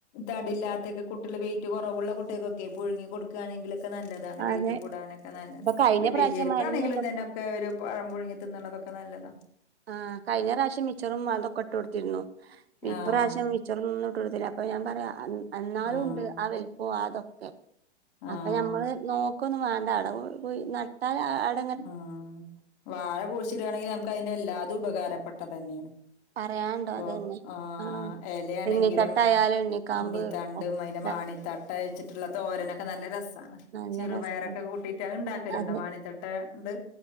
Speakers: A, on the left; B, on the right.
A: തടി ഇല്ലാത്തൊക്കെ കുട്ട്യള് വെയ്റ്റ് കൊറവുള്ള കുട്ട്യേൾക്കൊക്കെ പുഴുങ്ങി കൊടുക്കാണെങ്കിലൊക്കെ ന്നല്ലെ താണ് വെയ്റ്റ്
B: അതെ
A: കൂടാനൊക്കെ ന്നല്ലെത.
B: ഇപ്പൊ കഴിഞ്ഞ
A: മെ
B: പ്രാവശ്യം
A: വെല്യാേര്ക്കാണെങ്കിലും
B: മരുന്നും ഇതൊ
A: തെന്നെ. ഒക്കെ ഒരു പഴം പുഴുങ്ങി തിന്ന്ണതൊക്കെ ന്നല്ലെതാ.
B: ആഹ് കഴ്ഞ്ഞ പ്രാവിശ്യം മിച്ചറും അതൊക്കെ ഇട്ട് കൊടുത്തിരുന്നു. ഇപ്രാവ്ശ്യം
A: ആഹ്
B: മി ച്ചറൊന്നും ഇട്ടൊട്ത്തില്ല. അപ്പ ഞാം പറ്യ. എന്നാലു
A: ആഹ്
B: ഉണ്ട്. ആ വല്പ്പം ആ ഇതൊക്കെ അപ്പ
A: ആഹ്
B: ഞമ്മള് നോക്കൊന്നും വാണ്ട അവിടെ കുയി നട്ടാലാ <unintelligible>
A: ആഹ്. വാഴ കുഴിച്ചിടാണെങ്കി നമുക്ക് അയിന്റെ എല്ലാതും ഉപകാരപ്പെട്ടതന്നേണ്.
B: പറയാണ്ടോ
A: ഇപ്പൊ.
B: അതന്നെ
A: ആഹ്
B: ആ
A: എലേണങ്കിലും
B: എണ്ണിത്തട്ടായാലും എണ്ണിക്കാമ്പ്
A: ഇണ്ണി ത ണ്ടും
B: ഒക്കെ
A: അയിന്റെ മാണിത്തട്ട അയ്ച്ച്ട്ടുള്ള തോരനൊക്കെ നല്ല രസാണ്.
B: നല്ല
A: ചെറുപയറൊക്കെ
B: രസാണ്
A: കൂട്ടി ട്ട് അഹ് ഇണ്ടാക്കല്ണ്ടോ
B: അതെ
A: മാണിത്തട്ടാ ഇണ്ട്.